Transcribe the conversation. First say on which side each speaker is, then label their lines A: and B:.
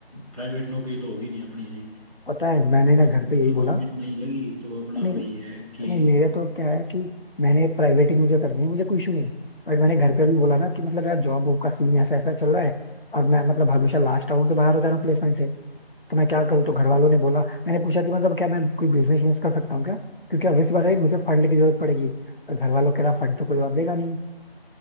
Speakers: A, on the left; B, on the left.
A: प्राइवेट नौकरी तो होगी नहीं अपनी सी
B: पता है मैंने ना
A: अब
B: घर पे यही
A: गवर्नमेंट
B: बोला
A: नहीं लगी तो अपना
B: नहीं
A: वही है कि
B: नहीं मेरे तो क्या है कि मैंने प्राइवेट ही मुझे करनी है मुझे कोई इशू नहीं है बट मैंने घर पे भी बोला ना कि मतलब यार जॉब वॉब का सीन ऐसा ऐसा चल रहा है और मैं मतलब हमेशा लास्ट आउट से बाहर हो जा रहा हूँ प्लेसमेंट से तो मैं क्या करूँ तो घर वालों ने बोला मैंने पूछा कि मतलब क्या मैं कोई बिजनेस विजनेस कर सकता हूँ क्या क्योंकि ऑब्वियस बात है मुझे फंड की जरूरत पड़ेगी और घर वालों के अलावा फंड तो कोई और देगा नहीं